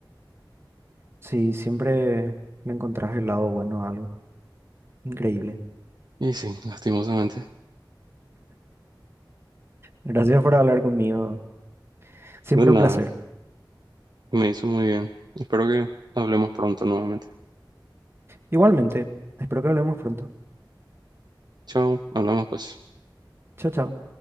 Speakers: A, on the right; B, on the right.
A: Sí, siempre me encontrás el lado bueno a algo. Increíble.
B: Y sí, lastimosamente.
A: Gracias por hablar conmigo. Siempre
B: De nada,
A: un placer.
B: me hizo muy bien. Espero que hablemos pronto nuevamente.
A: Igualmente, espero que hablemos pronto.
B: Chao, hablamos pues.
A: Chao, chao.